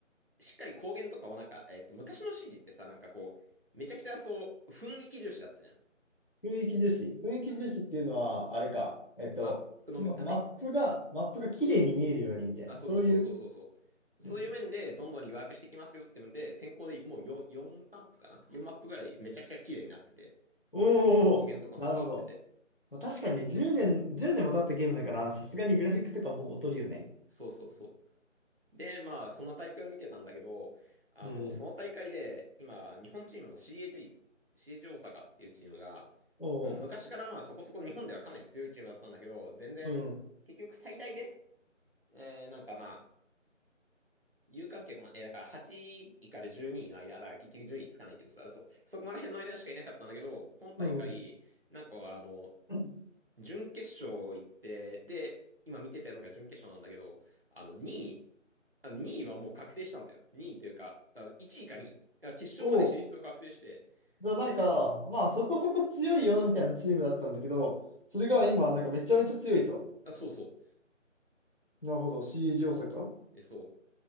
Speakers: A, on the right (about 50°); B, on the left (about 45°).
A: しっかり光源とかをなんか、えっと、昔の CG ってさ、なんかこう、めちゃくちゃそう、雰囲気重視だったじゃん。
B: 雰囲気重視。雰囲気重視っていうのは、
A: あ
B: あれか。えっと、
A: マップの見た目
B: まマップが、マップが綺麗に見えるようにみたいな、
A: あ、そうそうそうそうそうそう。
B: そういう。
A: そういう面でどんどんリワークしてきますよってので、
B: うん、
A: 先行でもう 4, 4マップかな ?4 マップぐらいめちゃくちゃ綺麗になってて、
B: おー
A: 光源とかも変わってて。
B: おなるほど。まあ、確かにね、10年、1年も経ったゲームだから、さすがにグラフィックとかもう劣るよね。
A: そうそうそう。で、まあ、その大会を見てたんだけど、あの、
B: うん。
A: その大会で、今、日本チームの CAG、CAG 大阪っていうチームが、
B: おお、
A: ん昔からまあそこそこ日本ではかなり強いチームだったんだけど、全然、
B: うん、
A: 結局最大で、えー、なんかまあ、有観客も、え、だから8位から12位の間、だから結局10位つかないけどさ、そう、そこら辺の間しかいなかったんだけど、今大会、
B: うん。
A: なんかあの、
B: うん
A: 準決勝行って、で、今見てたのが準決勝なんだけど、あの、2位、あ、2位はもう確定したんだよ。2位というか、あ、1位か2位。いや決勝まで進出を確定して、
B: おお、じゃあなんか、
A: で、
B: まあそこそこ強いよみたいなチームだったんだけど、
A: そ
B: それが今、なんかめちゃめちゃ強いと。
A: あ、そうそ
B: なるほど、CAG 大阪。
A: う。で、そ